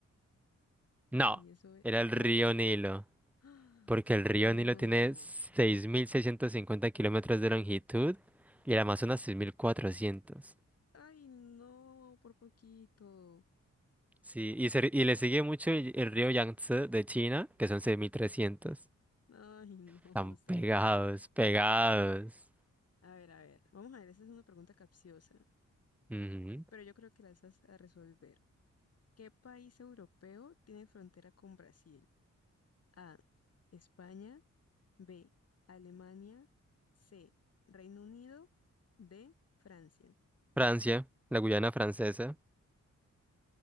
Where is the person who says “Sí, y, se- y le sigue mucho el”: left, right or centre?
Centre